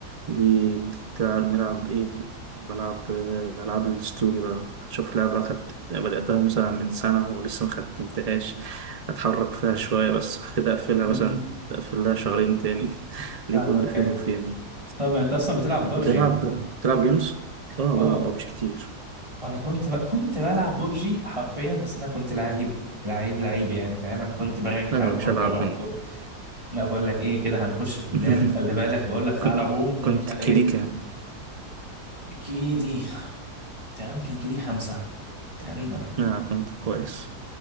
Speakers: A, on the right; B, on the right.
A: دي بتلعب نلعب إيه بلعب آه، ألعاب الستوري بقى أشوف لعبة أخدت بدأتها مثلا من سنة ولسه مختمتهاش أتحرك فيها شوية بس كده أقفلها
B: م-
A: مثلا
B: م-
A: أقفلها شهرين تاني <laughs> دي
B: فاهمك
A: كل فين
B: أيوة
A: وفين
B: طب انت اصلا بتلعب ببجي
A: بتلعب
B: يعني
A: بتلعب جيمز؟ آه
B: اه
A: بلعب بابجي كتير
B: انا كنت ب... كنت بلعب ببجي حرفيا بس انا كنت لعيب لعيب لعيب يعني فاهم انا كنت برانك
A: لا
B: على الكونكر
A: مش هلعب
B: على
A: منه
B: طول لا بقول لك ايه كده هنخش في جدال
A: <laughs>
B: خلي بالك بقول لك تعالى
A: كن-
B: روم ومش
A: كنت
B: عن
A: كيديك
B: ايه
A: يعني
B: كيدي تقريبا كان كيدي خمسة تقريبا
A: آه كنت كويس